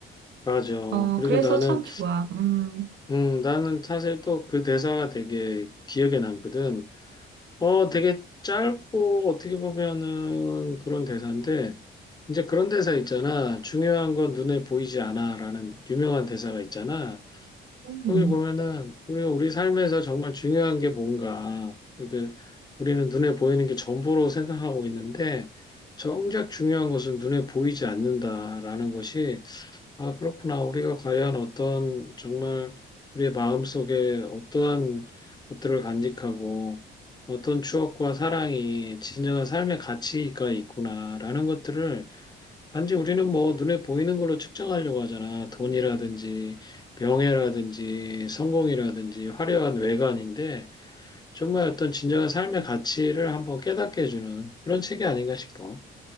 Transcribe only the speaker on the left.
맞아.
그리고
나는,
음, 나는 사실 또 그 대사가 되게 기억에 남거든. 어, 되게 짧고 어떻게 보면은 그런 대사인데, 이제 그런 대사 있잖아. 중요한 건 눈에 보이지 않아. 라는 유명한 대사가 있잖아.
오늘 보면은 우리가 우리 삶에서 정말 중요한 게 뭔가 그게 우리는 눈에 보이는 게 전부로 생각하고 있는데 정작 중요한 것은 눈에 보이지 않는다라는 것이 아 그렇구나 우리가 과연 어떤 정말 우리의 마음 속에 어떠한 것들을 간직하고 어떤 추억과 사랑이 진정한 삶의 가치가 있구나라는 것들을 단지 우리는 뭐 눈에 보이는 걸로 측정하려고 하잖아. 돈이라든지 명예라든지 성공이라든지 화려한 외관인데 정말 어떤 진정한 삶의 가치를 한번 깨닫게 해주는 그런 책이 아닌가 싶어.